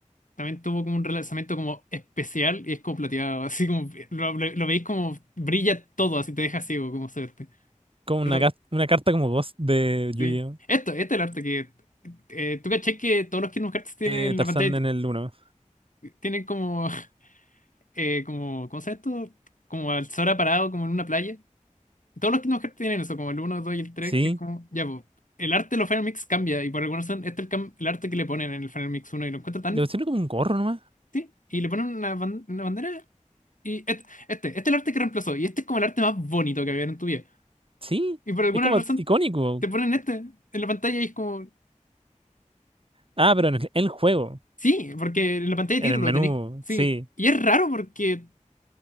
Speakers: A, on the left; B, on the right.
A: También tuvo como un relanzamiento como especial y es como plateado, <laughs> así como. Lo, lo- lo veis como brilla todo, así te deja ciego, como se ve.
B: Como
A: Pero,
B: una, gas- una carta como voz de Yu-Gi-Oh!
A: sí. Esto, este es el arte que. eh, ¿tú caché que todos los Kingdom Hearts tienen
B: Eh,
A: en
B: Tarzán
A: la pantalla? t-
B: en el 1.
A: tienen como eh, como, ¿cómo se llama esto? Como al Sora parado, como en una playa. Todos los Kingdom Hearts tienen eso, como el 1, 2 y el tres
B: Sí,
A: que es como, ya, pues, el arte de los Final Mix cambia, y por alguna razón, este es el, cam- el arte que le ponen en el Final Mix 1, y lo encuentro tan,
B: le pusieron como un gorro nomás.
A: sí, y le ponen una, ban- una bandera, y este, este, este es el arte que reemplazó, y este es como el arte más bonito que había en tu vida.
B: Sí,
A: Y por alguna
B: es como
A: razón,
B: icónico.
A: te ponen este en la pantalla, y es como,
B: Ah, pero en el, el juego,
A: sí, porque en la pantalla
B: en
A: de título
B: el menú,
A: tenéis, sí,
B: sí,
A: y es raro porque.